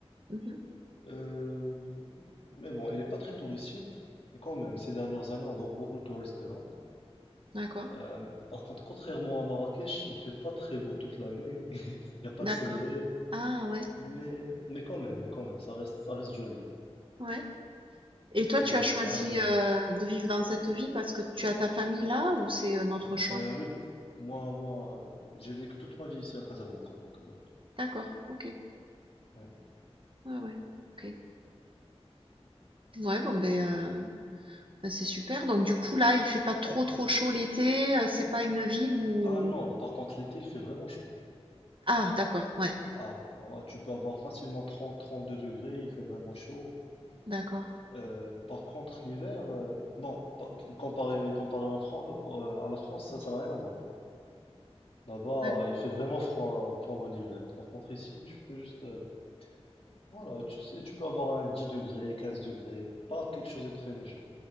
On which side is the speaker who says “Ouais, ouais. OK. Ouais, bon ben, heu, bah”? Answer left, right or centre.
Right